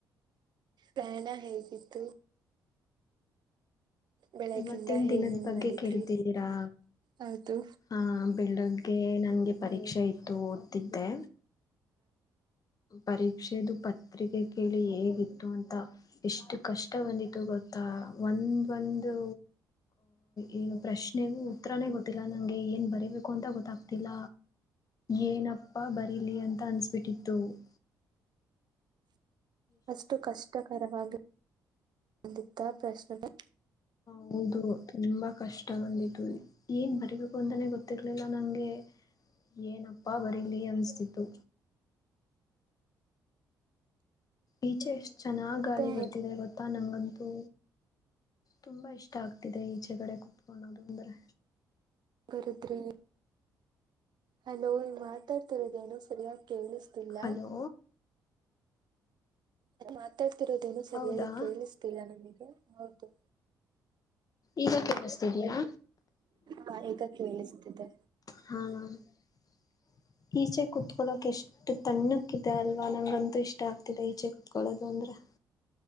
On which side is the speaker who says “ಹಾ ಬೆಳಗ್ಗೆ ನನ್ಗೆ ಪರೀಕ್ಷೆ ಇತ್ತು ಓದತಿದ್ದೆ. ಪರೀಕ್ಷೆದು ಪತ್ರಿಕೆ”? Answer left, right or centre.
Left